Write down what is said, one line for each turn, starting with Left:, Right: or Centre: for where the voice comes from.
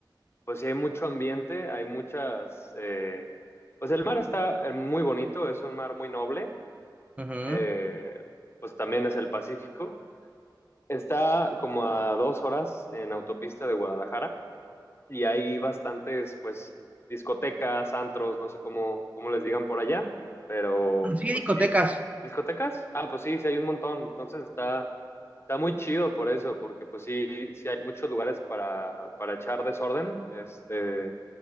Left: pues sí hay mucho ambiente, hay muchas, eh, pues el mar está eh, muy bonito, es un mar muy noble,
Right: Ujú.
Left: eh, pues también es el Pacífico. Está como a dos horas en autopista de Guadalajara y hay bastantes, pues, discotecas, antros, no sé cómo, cómo les digan por allá, pero
Right: Sí,
Left: pues
Right: discotecas.
Left: sí. ¿Discotecas? Ah, pues sí, sí hay un montón. Entonces está, está muy chido por eso, porque pues sí, sí hay muchos lugares para, para echar desorden, este,